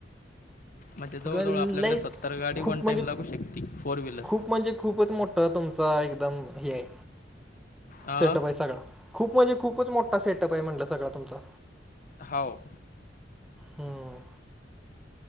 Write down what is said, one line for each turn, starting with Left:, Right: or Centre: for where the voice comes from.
Left: म्हणजे जवळजवळ
Centre: ओके म्हणजे
Left: आपल्याकडे
Centre: लईच
Left: सत्तर गाडी
Centre: खूप
Left: वन
Centre: म्हणजे
Left: टाइम लागू शकते फोर व्हीलर.
Centre: खूप म्हणजे खूपच मोठं तुमचा एकदम हे आहे
Left: अ
Centre: सेटप आहे सगळा. खूप म्हणजे खूपच मोठा सेटप आहे म्हणटलं सगळा तुमचा.
Left: हाव.
Centre: हम्म.